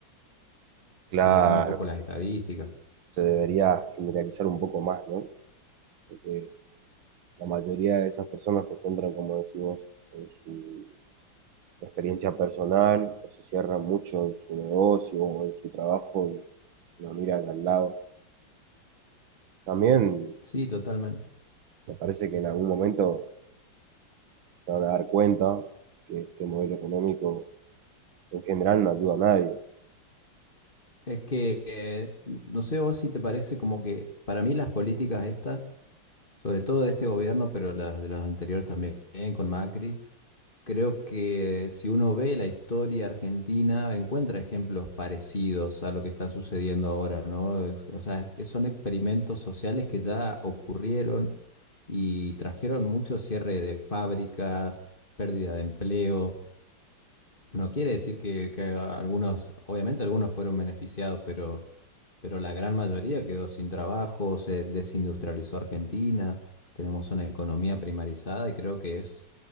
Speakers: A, on the right; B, on the left.
A: Claro,
B: mirando un poco las estadísticas.
A: se debería generalizar un poco más, ¿no? Porque la mayoría de esas personas se centran, como decimos, en su experiencia personal, o se cierran mucho en su negocio o en su trabajo y no miran al lado. También
B: Sí, totalmente.
A: me parece que en algún momento se van a dar cuenta que este modelo económico en general no ayuda a nadie.
B: Es que, eh, no sé vos si te parece como que para mí las políticas estas, sobre todo de este gobierno, pero las de los anteriores también, con Macri, creo que si uno ve la historia argentina, encuentra ejemplos parecidos a lo que está sucediendo ahora, ¿no? Es- O sea, es- son experimentos sociales que ya ocurrieron y trajeron mucho cierre de fábricas, pérdida de empleo. No quiere decir que, que algunos, obviamente algunos fueron beneficiados, pero, pero la gran mayoría quedó sin trabajo, se desindustrializó Argentina, tenemos una economía primarizada y creo que es